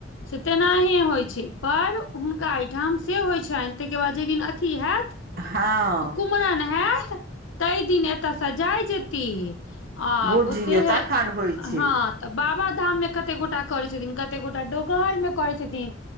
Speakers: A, on the left (about 80°); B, on the right (about 50°).
A: से तेनाही होइ छै पर हुनका एहिठाम से होइ छनि ताईके बाद जै दिन अथी हएत
B: हँ
A: कुमरन हयत तै दिन एतयसँ जाय जेती आ
B: बुझियौ
A: ओते हे
B: तखन होइ छै
A: हँ तऽ बाबा धाम मे कते गोटा करै छथिन कते गोटा डोकहर मे करै छथिन